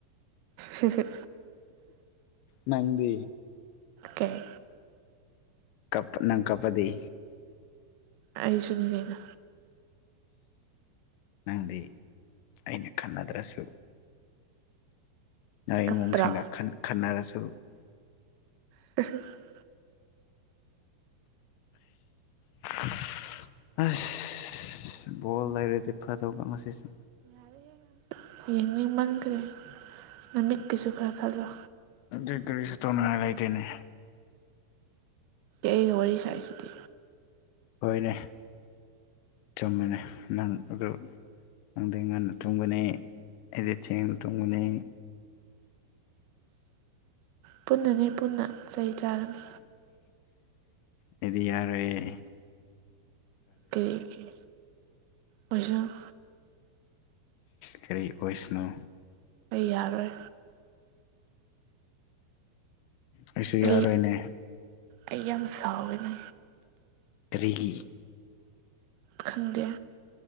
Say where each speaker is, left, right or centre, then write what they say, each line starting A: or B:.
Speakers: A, on the right; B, on the left.
A: ꯁꯤꯁꯦ
B: ꯅꯪꯗꯤ
A: ꯀꯩ
B: ꯀꯞ ꯅꯪ ꯀꯞꯄꯗꯤ
A: ꯑꯩꯁꯨꯅꯤꯗꯅ
B: ꯅꯪꯗꯤ ꯑꯩꯅ ꯈꯟꯅꯗ꯭ꯔꯁꯨ ꯅꯪ
A: ꯀꯞꯄ꯭ꯔꯣ
B: ꯏꯃꯨꯡꯁꯤꯡꯒ ꯈꯟꯅꯔꯁꯨ
A: <unintelligible>
B: ꯇꯁ ꯑꯁ ꯕꯣꯜ ꯂꯩꯔꯗꯤ ꯐꯗꯧꯕ ꯉꯁꯤꯁꯦ
A: ꯌꯥꯔꯦꯍꯦ ꯅꯪꯁꯨ ꯌꯦꯡꯅꯤꯡꯃꯟꯈ꯭ꯔꯦ ꯅꯃꯤꯠꯀꯤꯁꯨ ꯈꯔ ꯈꯜꯂꯣ
B: <unintelligible> ꯇꯨꯃꯤꯟꯅ ꯂꯩꯇꯦꯅꯦ
A: ꯑꯩꯅꯥ ꯋꯥꯔꯤ ꯁꯔꯤꯁꯤꯗꯤ
B: ꯍꯣꯏꯅꯦ ꯆꯨꯝꯃꯤꯅꯦ ꯅꯪ ꯑꯗꯨ ꯅꯪꯗꯤ ꯉꯟꯅ ꯇꯨꯝꯒꯅꯤ ꯑꯩꯗꯤ ꯊꯦꯡꯅ ꯇꯨꯝꯒꯅꯤ
A: ꯄꯨꯟꯅꯅꯤ ꯄꯨꯟꯅ ꯆꯩ ꯆꯥꯔꯅꯤ
B: ꯗꯨꯗꯤ ꯌꯥꯔꯦꯏꯌꯦ
A: ꯀꯩꯒꯤ <unintelligible>
B: ꯀꯔꯤ ꯑꯣꯏꯁꯅꯣ
A: ꯑꯩ ꯌꯥꯔꯣꯏ
B: ꯑꯩꯁꯨ ꯌꯥꯔꯣꯏꯅꯦ
A: ꯑꯩ ꯑꯩ ꯌꯥꯝ ꯁꯥꯎꯋꯅꯦ
B: ꯀꯔꯤꯍꯤ
A: ꯈꯪꯗꯦ